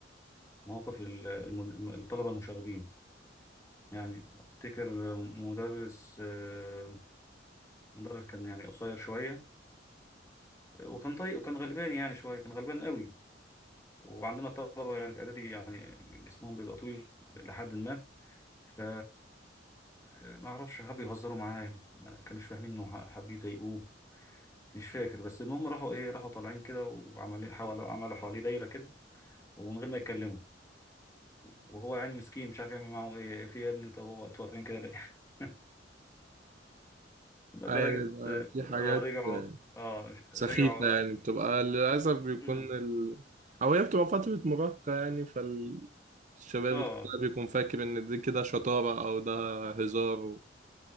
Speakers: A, on the left; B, on the right.
A: مواقف ال- الم- الطلبة المشاغبين يعني أفتكر مدرس آه، مدرس كان يعني قصير شوية وكان طيب وكان غلبان يعني شوية كان غلبان قوي وعندنا الطلبة يعني في إعدادي يعني جسمهم بيبقى طويل لحد ما ف ما اعرفش حبوا يهزروا معاه ما كانوش فاهمين انه ح- حابين يضايقوه مش فاكر بس المهم راحوا ايه راحوا طالعين كده وعملوا إيه، حاولوا عملوا حواليه دايره كده ومن غير ما يتكلموا وهو يعني مسكين مش عارف يعمل معاهم ايه في يا ابني انت هو انتوا واقفين كده ليه <laughs> لدرجه
B: اه يعني بيبقى
A: اه
B: في حاجات
A: رجعوا
B: آه،
A: اه مش-
B: سخيفة
A: رجعوا راح
B: يعني بتبقى للأسف بيكون
A: مم.
B: ال... أو هي بتبقى فترة مراهقة يعني فالشباب
A: اه
B: الصغير بيكون فاكر إن دي كده شطارة أو ده هزار و...